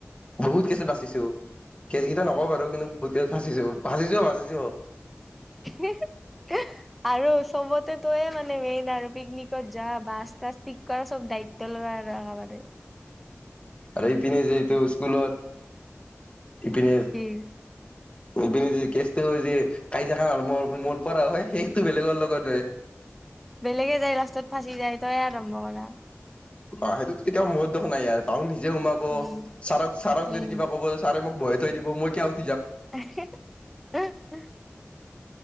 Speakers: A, on the left; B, in the centre.
A: বহুত কেচ বাচিছো কেচ কেইটা নক বাৰু কিন্তু বহুত কে ভাজিছো ভাজিছ ভাজিছো
B: <unintelligible> আৰু চবতে তয়ে মানে মেইন আৰু পিকনিকত যা বাছ চাছ ঠিক কৰা চব দায়িত্ব লোৱা আৰু একেবাৰে
A: আৰু ইপিনে যিহেতু স্কুলত ইপনে
B: কি
A: ইপিনে যে কেচটো যে কাইজাকা মোৰ পৰা হয় শেষটো বেলেগৰ লগত হয়।
B: বেলেগে যায় ৰাস্তাত ফাঁচি যায় তয় আৰম্ভ কৰা
A: অ সেইটোত কেতিয়াও মোৰ দুখ নাই আৰু পাওঁ নিকি? যে সোমাব
B: উম
A: ছাৰক ছাৰক যদি
B: উম
A: কিবা ক'ব ছাৰে মোক? <unintelligible>
B: <unintelligible>